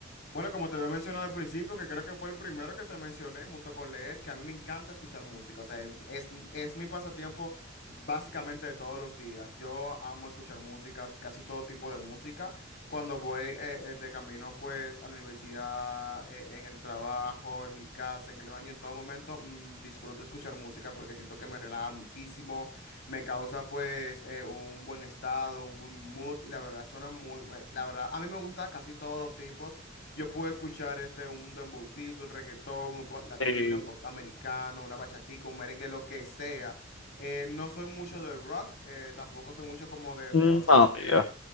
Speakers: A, on the left; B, on the left.
A: Bueno, como te había mencionado al principio, que creo que fue el primero que te mencioné, junto con leer, que a mí me encanta escuchar música. O sea, em- es, es mi pasatiempo básicamente de todos los días. Yo amo escuchar música, casi todo tipo de música. Cuando voy eh, eh, de camino, pues, a la universidad, eh, en el trabajo, en mi casa, en el baño, en todo momento, mm, disfruto escuchar música porque siento que me relaja muchísimo, me causa, pues, eh, un buen estado, un buen mood y la verdad suena muy, me- la verdad, a mí me gusta casi todos los tipos. Yo puedo escuchar este, un dembowcito, un reggaetón, un pop latino,
B: Eh,
A: pop americano, una bachatica, un merengue, lo que sea. Eh, no soy mucho del rock, eh, tampoco soy mucho como de, de
B: no,
A: otros, eh,
B: mira.